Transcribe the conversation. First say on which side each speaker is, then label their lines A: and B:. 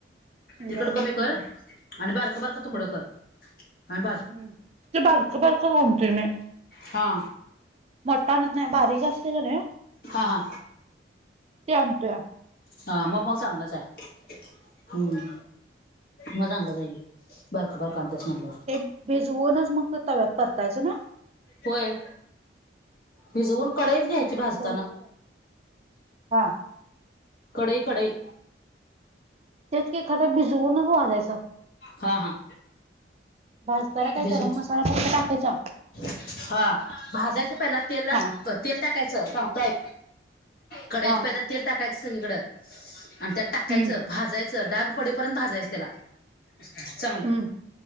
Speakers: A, on the right; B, on the left.
A: उद्या
B: तिकट
A: बघतो
B: कमी कर,
A: ते
B: आणि बारक बारक
A: हम्म
B: तुकड कर. आन्
A: हम्म. ते बारक बारक वौमतंयं मी
B: हा.
A: मोट्टा आणत नाही. बारीक जास्त झालयं अ
B: हा हा
A: आणतोया.
B: हा म मग चांगलंच आहे. हम्म म चांगलंच आये की, बारकं बारकं आनतास म्हटल्याव
A: ते भिजवूनच मग ते तव्यात परतायचं ना?
B: होय. भिजवून
A: हा.
B: कडईच घ्यायची भाजताना.
A: बघ की जरा. हा.
B: कडई, कडई.
A: तेच की खरं, भिजवूनचं भाजायचं.
B: हा हा.
A: भाजताना काही
B: भिजू
A: गरम मसाला फक्त टाकायचा.
B: हा. भाजायचं पहिला तेलात.
A: हा
B: अ तेल टाकायचं सांगतोय, कडईत
A: हा
B: पहिलं तेल टाकायचं सगळीकडं. आणि त्यात टाकायचं,
A: हम्म
B: भाजायचं, डाग पडेपर्यंत भाजायचं त्याला चांगलं.
A: हम्म